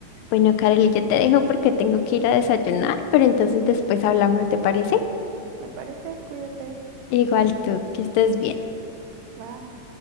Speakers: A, on the left; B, on the right.
A: Bueno, Kareli, yo te dejo porque tengo que ir a desayunar, pero entonces después hablamos, ¿te parece?
B: Me parece, cuídate.
A: Igual tú, que estés bien.
B: Bye.